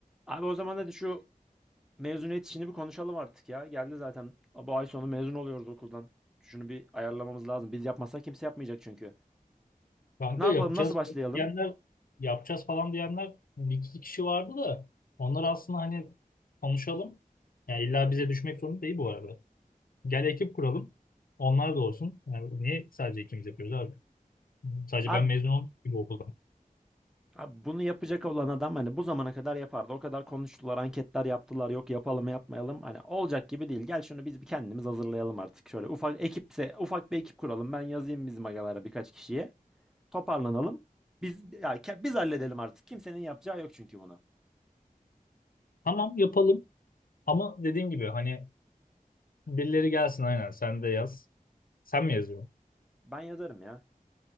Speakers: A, in the centre; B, on the left.
A: Abi o zaman hadi şu mezuniyet işini bir konuşalım artık ya. Geldi zaten. Bu ay sonu mezun oluyoruz okuldan. Şunu bir ayarlamamız lazım. Biz yapmazsak kimse yapmayacak çünkü.
B: Kanka
A: Ne yapalım?
B: yapacağız
A: Nasıl başlayalım?
B: diyenler yapacağız falan diyenler bir iki kişi vardı da onlar aslında hani konuşalım. Yani illa bize düşmek zorunda değil bu arada. Gel ekip kuralım. Onlar da olsun. Yani niye sadece ikimiz yapıyoruz abi? Sadece
A: Abi,
B: ben mezun oldum gibi okuldan.
A: abi bunu yapacak olan adam hani bu zamana kadar yapardı. O kadar konuştular, anketler yaptılar. Yok yapalım yapmayalım. Hani olacak gibi değil. Gel şunu biz bir kendimiz hazırlayalım artık. Şöyle ufak ekipse ufak bir ekip kuralım. Ben yazayım bizim agalara birkaç kişiye. Toparlanalım. Biz ya ke- biz halledelim artık. Kimsenin yapacağı yok çünkü bunu.
B: Tamam yapalım ama dediğim gibi hani birileri gelsin aynen sen de yaz. Sen mi yazıyorsun?
A: Ben yazarım ya.